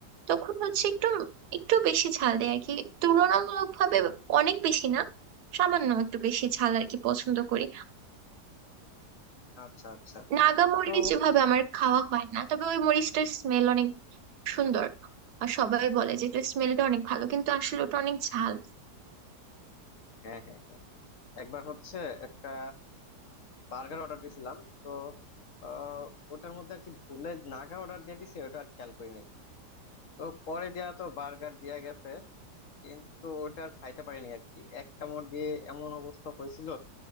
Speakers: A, on the right (about 70°); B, on the left (about 55°).
A: তখন হচ্ছে একটু একটু বেশি ঝাল দেয় আর কি তুলনামূলক ভাবে অনেক বেশি না সামান্য একটু বেশি ঝাল আর কি পছন্দ করি
B: আচ্ছা আচ্ছা
A: নাগা মরিচ
B: তো
A: যেভাবে আমার খাওয়া হয় না তবে ওই মরিচটার স্মেল অনেক সুন্দর আর সবাই বলে যে এটা স্মেলটা অনেক ভালো কিন্তু আসলে ওটা অনেক ঝাল
B: হ্যাঁ হ্যাঁ হ্যাঁ একবার হচ্ছে একটা বার্গার অর্ডার দিয়েছিলাম তো আহ, ওটার মধ্যে আর কি ভুলে নাগা অর্ডার দিয়ে দিছে ওটা আর খেয়াল করি নাই তো পরে দেয়া তো বার্গার দেয়া গেছে কিন্তু ওটা আর খাইতে পারিনি আর কি এক কামড় দিয়ে এমন অবস্থা হয়েছিল